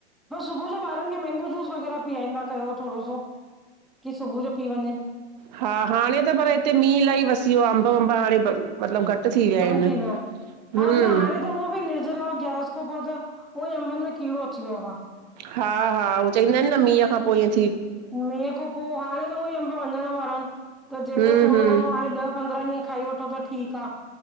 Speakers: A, in the centre; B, on the right.
A: पो सुबु जो ॿारनि खे मैंगो जूस वग़ैरह पीआइंदा कयो थोड़ो सो कि सुबु जो पी वंञंनि।
B: हा हांणे त पर हिते मींहुं इलाही वसी यो आ अम्ब वम्ब हांणे बंद मतलब घटि थी विया
A: बंदि
B: हिनि,
A: थी आहिनि।
B: हम्म।
A: हा न हाणे त हुअं बि निर्जला ग्यारस खां पो त उहंई अंबनि में कीड़ो अची वयो आ।
B: हा हा हो चईंदा इनि न मींहं खां पो ईंयं
A: मिंह खां पो हाणें त उअंई अम्ब वंञंण वारा हिनि त जेको
B: हम्म
A: थोड़ो
B: हम्म
A: घणों हाणे ॾह पंद्रहां ॾींहं खाई वठो त ठीक आ